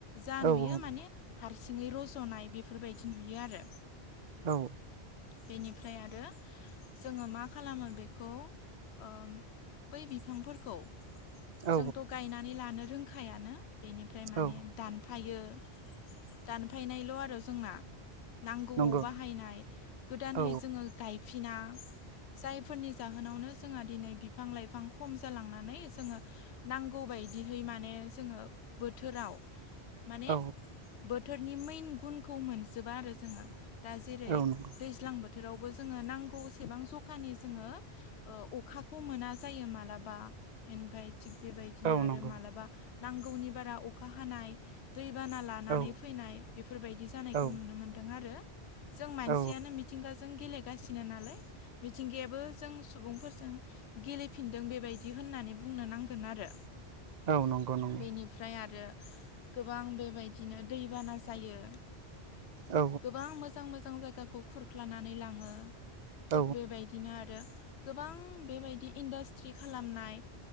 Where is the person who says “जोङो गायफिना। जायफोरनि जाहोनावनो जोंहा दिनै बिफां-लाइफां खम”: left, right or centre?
Left